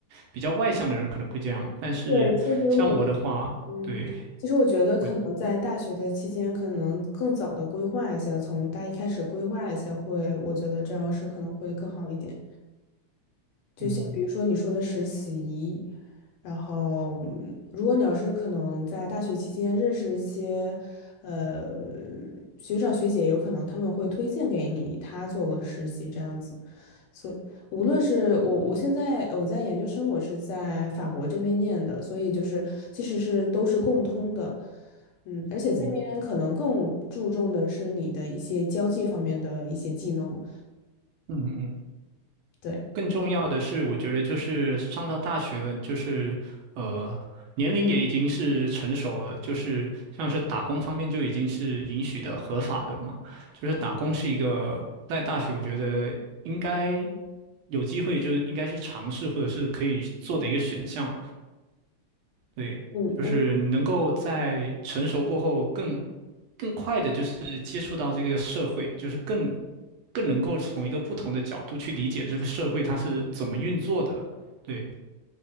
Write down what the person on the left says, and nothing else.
对，其实我嗯，
其实我觉得可能在大学的期间，
可能更早的规划一些，从大一开始规划一些会，我觉得这样是可能会更好一点。就像比如说你说的实习，
然后嗯如果你要是可能在大学期间认识一些呃学长学姐，有可能他们会推荐给你他做过的实习这样子。所无论是我，我现在我在研究生，我是在法国这边念的，所以就是其实是都是共通的，嗯，而且这边可能更注重的是你的一些交际方面的一些技能，
对，
嗯，